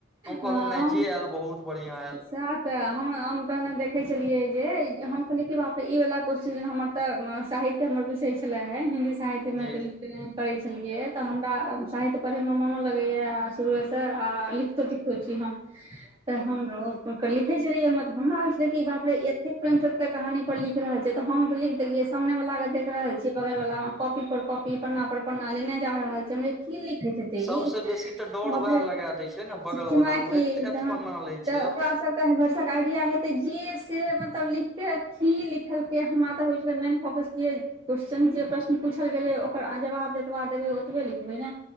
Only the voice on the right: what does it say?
हँ
हम
सएह ते हम तहने देखे छलियै जे हम कहलियै कि बापे ई वालला क्वस््चन जे हमर तऽ साहित्य हमर विषय छले हे हिन्दी साहित्य
हि करै छलियै तऽ हमरा साहित्य पढ़ैमे मोनो लगैए शुरुएसँ आ लिखतो तिखतो छी हम लिखे छल हमरा हो छलाप रे एते प्रेम चंकर कही पर लख लिख रहल छैय तऽ हम तऽ लिख देलियै सामने वाल के देख रहल छीियै बगल वाला कॉपी पर कॉपी पन्ना पर पन्ना लेने जा रहल छैय। की लिखैत हेते
ई
वह
शिक्षमा
केना
कि
त
<unintelligible> सबके बरसक आइडिया हेतै जे से मतलब लिखिक की लिखलकै हमरा तऽ होइ छलै मेन फोकस जे क्वेश्चन जे प्रश्न पूछल गेलै ओकर जवाब जतबा देबै ओतबे लिखबै ने